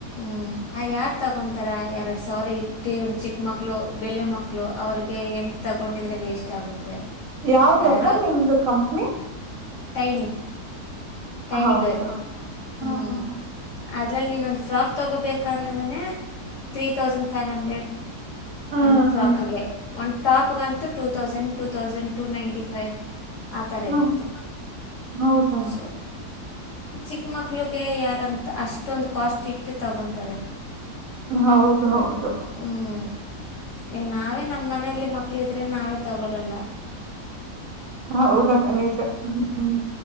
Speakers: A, on the left (about 65°); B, on the right (about 65°).
A: ಹ್ಮ ಆ ಯಾರು ತಗೊತಾರ ಎರಡು ಸಾವಿರ ಇಟ್ಟು ಚಿಕ್ಕ ಮಕ್ಳು ಬೆಳಿಯ ಮಕ್ಳು ಅವ್ರರಿಗೆ ಏನಿಗೆ ತೊಗೊಂಡಿದ್ರರೆ ವೇಸ್ಟ್ ಆಗುತ್ತೆ
B: ಯಾವ್ದಕ್ಕ
A: ಯಾರೋ
B: ನಿಮ್ದು ಕಂಪ್ನಿ
A: ಟೈನಿ ಟೈನಿ
B: ಹೌದಾ
A: ಗರ್ಲ್
B: ಹ
A: ಹ್ಞೂ
B: ಹ ಹ
A: ಅದರಲ್ಲಿ ನೀನೊಂದು ಫ್ರಾಕ್ ತೊಗೋಬೇಕಂದ್ರೇ three thousand five hundred
B: ಹ್ಮ್
A: one ಫ್ರಾಕ್ಗೆ ಒಂದು ಟಾಪ್ಗಂತು two thousand two thousand two ninety five ಆ ಥರ
B: ಹ್ಮ್
A: ಇರುತ್ತೆ
B: ಹೌದ
A: ಸೊ ಚಿಕ್ಕ ಮಕ್ಳಿಗೆ ಯಾರಂತ ಅಷ್ಟೊಂದು ಕಾಸ್ಟ್ ಇಟ್ಟು ತಗೊತಾರೆ
B: ಹೌದು
A: ಹ್ಞೂ
B: ಹೌದು
A: ಈಗ ನಾವೇ ನಮ್ಮ ಮನೆಯಲ್ಲಿ ಮಕ್ಳು ಇದ್ರೆ ನಾವೇ ತಗೊಳಲ್ಲ
B: ಹಾ ಹೌದಾಕನಜ್ಮ ಹ್ಮ